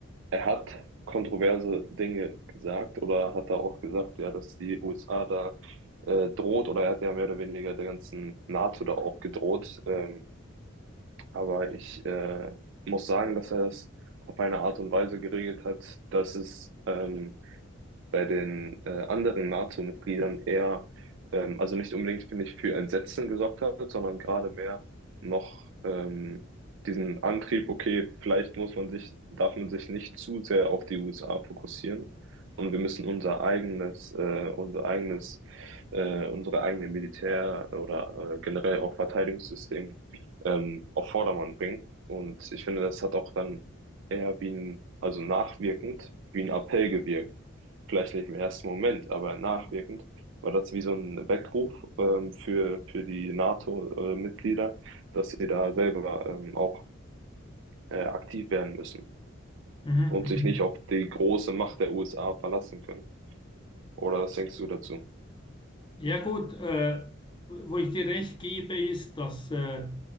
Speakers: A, on the right; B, on the left.
A: Er hat kontroverse Dinge gesagt oder hat er auch gesagt, ja, dass die USA da äh, droht oder er hat ja mehr oder weniger der ganzen NATO da auch gedroht. Ähm, aber ich äh, muss sagen, dass er es auf eine Art und Weise geregelt hat, dass es ähm, bei den äh, anderen NATO-Mitgliedern eher, ähm, also nicht unbedingt, finde ich, für Entsetzen gesorgt hat, sondern gerade mehr noch ähm, diesen Antrieb, okay, vielleicht muss man sich, darf man sich nicht zu sehr auf die USA fokussieren und wir müssen unser eigenes, äh, unser eigenes, äh, unsere eigene Militär- oder äh, generell auch Verteidigungssystem ähm, auf Vordermann bringen. Und ich finde, das hat auch dann eher wie ein, also nachwirkend, wie ein Appell gewirkt vielleicht nicht im ersten Moment, aber nachwirkend, war das wie so ein Weckruf ähm, für, für die NATO-Mitglieder, dass sie da selber ähm, auch äh, aktiv werden müssen
B: Mhm.
A: und
B: mhm.
A: sich nicht auf die große Macht der USA verlassen können. Oder was denkst du dazu?
B: Ja gut, äh, wo ich dir recht gebe, ist, dass äh,